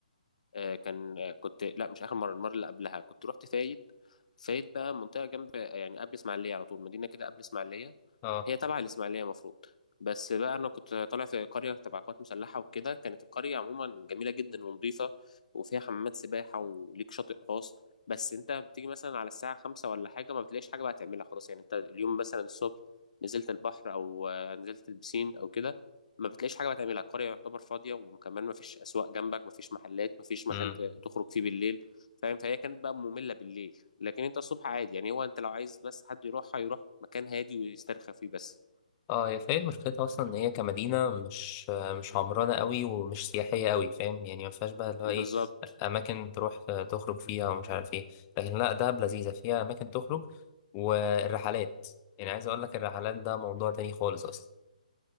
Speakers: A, on the left; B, on the left.
A: آه، كان آه، كنت لا مش اخر مره المره اللي قبلها كنت رحت فايد فايد بقى منطقه جنب يعني قبل اسماعيليه على طول مدينه كده قبل اسماعيليه
B: اه
A: هي تبع الإسماعيلية مفروض بس بقى أنا كنت طالع في قرية تبع قوات مسلحة وكده كانت القرية عموما جميلة جدا ونظيفة وفيها حمامات سباحة وليك شاطئ خاص بس أنت بتيجي مثلا على الساعة خمسة ولا حاجة ما بتلاقيش حاجة بقى تعملها خلاص يعني أنت اليوم مثلا الصبح نزلت البحر أو آه، نزلت البسين أو كده ما بتلاقيش حاجة بقى تعملها القرية يعتبر فاضية وكمان ما فيش أسواق جنبك ما فيش محلات ما فيش مكان
B: امم
A: ت- تخرج فيه بالليل فاهم فهي كانت بقى مملة بالليل لكن انت الصبح عادي يعني هو انت لو عايز بس حد يروحها يروح مكان هادي ويسترخى فيه بس
B: اه هي فايد مشكلتها اصلا ان هي كمدينه مش مش عمرانه قوي ومش سياحيه قوي فاهم يعني ما فيهاش بقى اللي هو
A: بالظبط
B: ايه اماكن تروح تخرج فيها ومش عارف ايه لكن لا دهب لذيذه فيها اماكن تخرج والرحلات يعني عايز اقول لك الرحلات ده موضوع تاني خالص اصلا